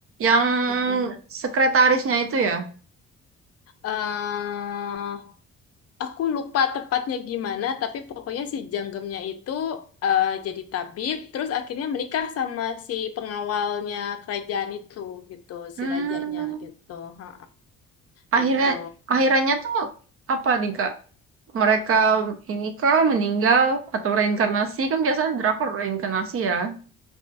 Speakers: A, on the right; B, on the left.
A: yang
B: Mm-mm.
A: sekretarisnya itu ya?
B: eh aku lupa tepatnya gimana, tapi pokoknya si Janggemnya itu eh, jadi tabib, terus akhirnya menikah sama si pengawalnya kerajaan itu, gitu,
A: Hmm.
B: si rajanya, gitu, ha
A: Akhirnya,
B: gitu.
A: akhirannya tuh apa nih, Kak? Mereka ini kah meninggal atau reinkarnasi? Kan biasanya drakor reinkarnasi ya.